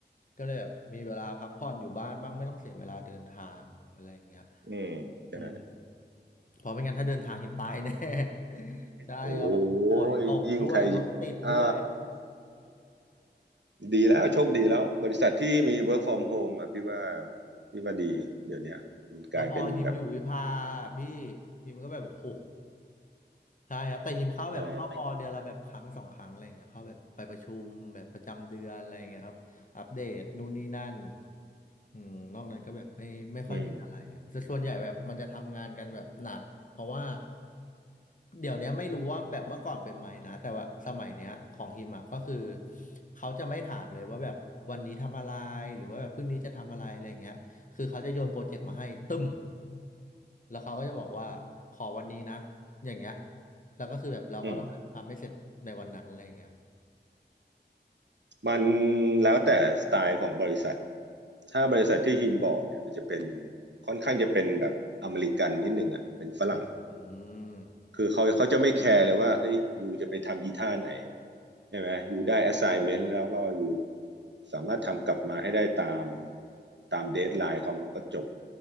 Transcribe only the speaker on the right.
อืมใช่
โอ้ยยิ่งใครอ่าดีแล้วโชคดีแล้วบริษัทที่มี work from home อ่ะพี่ว่าพี่ว่าดีเดี๋ยวเนี้ยมันกลายเป็นแบบ
อ่า
อืม
อืมมันแล้วแต่สไตล์ของบริษัทถ้าบริษัทที่ฮิมบอกเนี่ยมันจะเป็นค่อนข้างจะเป็นแบบอเมริกันนิดหนึ่งอ่ะเป็นฝรั่ง
คือเขาเขาจะไม่แคร์เลยว่าเฮ้ยอยูจะไปทำอีท่าไหนใช่ไหมอยูได้ assignment แล้วก็อยูสามารถทำกลับมาให้ได้ตามตามเดทไลน์เขาก็จบ